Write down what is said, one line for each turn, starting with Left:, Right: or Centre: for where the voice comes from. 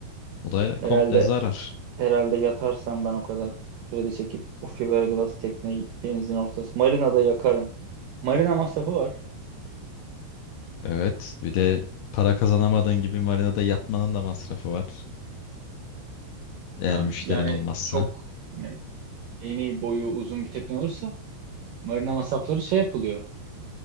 Left: O da
Right: Herhalde
Left: komple zarar.
Right: Herhalde yatarsam ben o kadar kredi çekip o fiberglass tekneyi denizin ortası. Marina'da yakarım. Marina masrafı var.
Left: Evet. Bir de para kazanamadığın gibi marinada yatmanın da masrafı var. Eğer
Right: Ben
Left: müşterin
Right: yani
Left: olmazsa.
Right: çok hani eni boyu uzun bir tekne olursa marina masrafları şey yapılıyor.